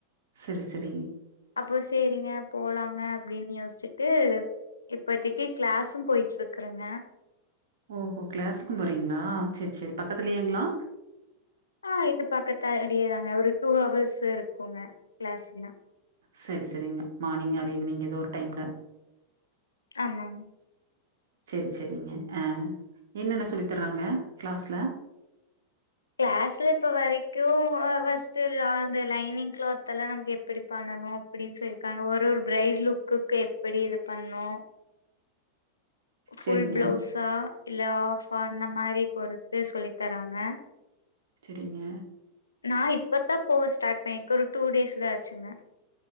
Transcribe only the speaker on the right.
செரி செரி
ஓ ஹோ கிளாஸுக்கு போறீங்களா சேரி சேரி பக்கத்துலயேங்களா
செரி செரிங்க மார்னிங் ஆர் ஈவினிங் ஏதோ ஒரு டைம்ல
செரி செரிங்க அ என்னென்ன சொல்லித்தர்றாங்க கிளாஸ்ல
சரிங்க,
செரிங்க